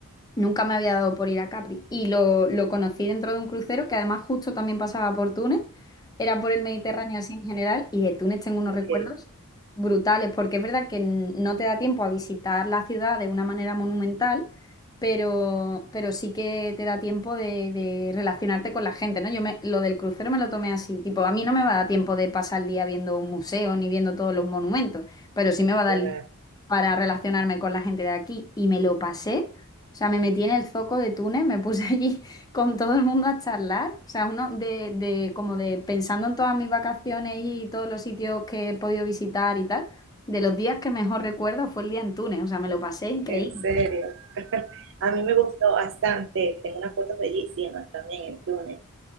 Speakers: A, on the left; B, on the right.
A: Nunca me había dado por ir a Capri y lo, lo conocí dentro de un crucero que además justo también pasaba por Túnez, era por el Mediterráneo así en general y de Túnez tengo unos
B: Ok,
A: recuerdos brutales porque es verdad que n- no te da tiempo a visitar la ciudad de una manera monumental, pero, pero sí que te da tiempo de, de relacionarte con la gente, ¿no? Yo me, lo del crucero me lo tomé así, tipo, a mí no me va a dar tiempo de pasar el día viendo un museo ni viendo todos los monumentos, pero sí me va a dar
B: claro.
A: el para relacionarme con la gente de aquí y me lo pasé o sea, me metí en el zoco de Túnez, me puse allí <laughs> con todo el mundo a charlar. O sea, uno de, de- como de pensando en todas mis vacaciones y todos los sitios que he podido visitar y tal. De los días que mejor recuerdo fue el día en Túnez. O sea, me lo pasé increíble.
B: En serio. <laughs> A mí me gustó bastante. Tengo unas fotos bellísimas también en Túnez.